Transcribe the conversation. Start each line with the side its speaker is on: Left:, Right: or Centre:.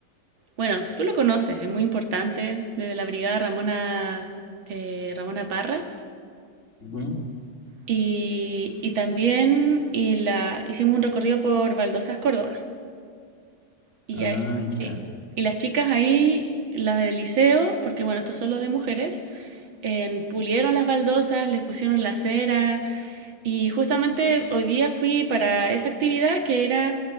Right: bueno, tú lo conoces, es muy importante, desde la brigada Ramona, eh, Ramona Parra,
Left: Ujú.
Right: y, y también y la, hicimos un recorrido por Baldosas, Córdoba. Y ya,
Left: Ah,
Right: sí.
Left: ya.
Right: Y las chicas ahí, las del liceo, porque bueno, esto es solo de mujeres, en- pulieron las baldosas, les pusieron la cera. Y justamente hoy día fui para esa actividad que era